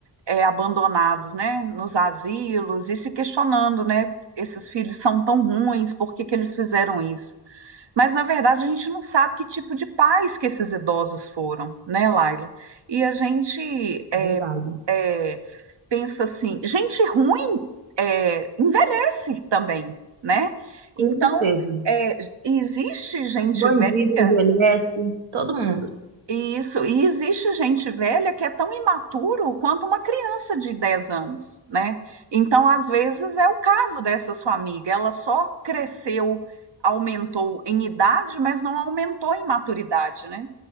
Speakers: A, on the right (about 60°); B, on the right (about 75°).
A: é, abandonados, né, nos asilos e se questionando, né, esses filhos são tão ruins, por que que eles fizeram isso? Mas na verdade a gente não sabe que tipo de pais que esses idosos foram, né, Laila? E a gente é,
B: verdade.
A: é, pensa assim, gente ruim é, envelhece também, né?
B: Com
A: Então
B: certeza.
A: é, existe gente
B: Bandido
A: velha
B: envelhece, todo mundo.
A: isso, e existe gente velha que é tão imaturo quanto uma criança de 10 anos, né? Então, às vezes, é o caso dessa sua amiga, ela só cresceu, aumentou em idade, mas não aumentou em maturidade, né?